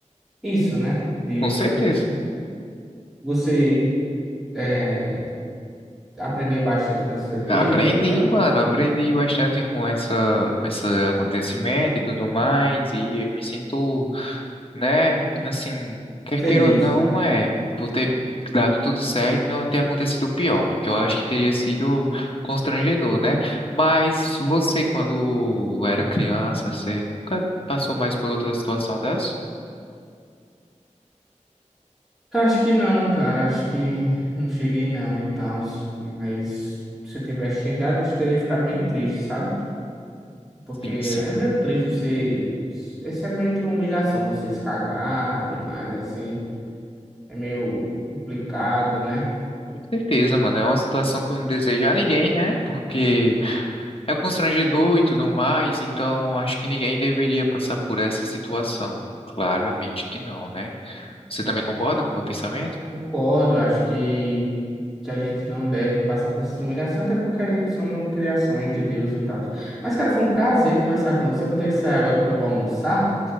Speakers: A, in the centre; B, on the left.
A: isso, né? De
B: com
A: você
B: certeza.
A: ter conseguido. Você eh, aprendeu bastante com esses erros
B: Aprendi,
A: e tal.
B: mano, aprendi bastante com essa, com esse acontecimento e tudo mais, e me sinto, né, assim, quer
A: Feliz.
B: queira ou não, é, por ter dado tudo certo, e não ter acontecido o pior, porque eu acho que teria sido constrangedor, né? Mas você, quando era criança, você nunca passou mais por outra situação dessa?
A: Cara, Acho que não, cara. Acho que não cheguei não e tal. Mas se eu tivesse chegado, acho que teria ficado bem triste, sabe? Porque
B: Sim, sim.
A: é meio triste você. Isso é meio que humilhação, você se cagar demais, assim. É meio complicado, né?
B: Com certeza, mano. É uma situação que eu não desejo a ninguém, né? Porque é constrangedor e tudo mais, então acho que ninguém deveria passar por essa situação. Claramente que não, né? Você também concorda com o meu pensamento?
A: Concordo, eu acho que, que a gente não deve passar por essas humilhações, até porque a gente somos criações de Deus e tal. Mas, cara, foi um prazer conversar com você. Vou ter que sair agora porque eu vou almoçar.